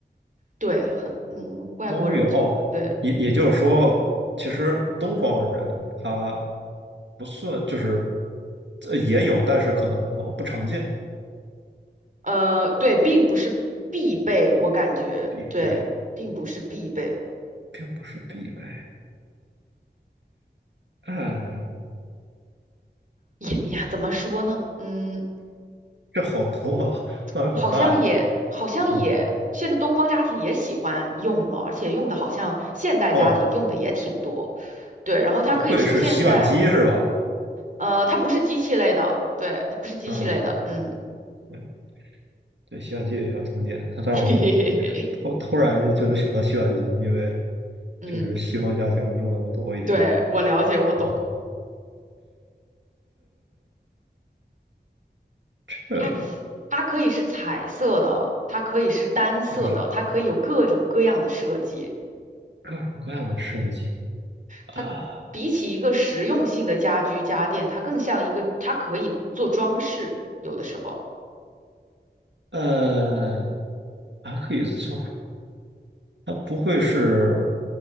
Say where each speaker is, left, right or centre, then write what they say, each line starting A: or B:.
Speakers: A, on the right (about 45°); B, on the right (about 80°).
A: 对，很，嗯，外国人就对，
B: 都有哦。也也就是说，其实东方人他不算，就是这也有，但是可能不常见，
A: 呃，对，并不是必备，我感觉对，
B: 必备
A: 并不是必备。
B: 并不是必备。哎，
A: 也呀，怎么说呢？嗯。
B: 这好多，范围好大呀。
A: 好像也好像也，
B: 嗯，
A: 现在东方家庭也喜欢用了，而且用的好像现代家庭用的也挺多。
B: 哦。
A: 对，然后它可以出现在，
B: 不会是洗碗机是吧？
A: 呃，它不是机器类的，对，它不是机器类的，
B: 嗯，
A: 嗯，
B: 对，对，洗碗机也需要通电。<laughs> 但是
A: <laughs> 嘿嘿嘿嘿，
B: 我突突然就能想到洗碗机，因为
A: 嗯，
B: 确实西方家庭用的多一点。
A: 对，我了解，我懂。
B: 嗯，呃，
A: 它它可以是彩色的，它可以是单色的，
B: 也是
A: 它可以有各种各样的设计。
B: 各种各样的设计啊，
A: 它比起一个实用性的家居家电，它更像一个，它可以做装饰，有的时候。
B: 呃，还可以做。它不会是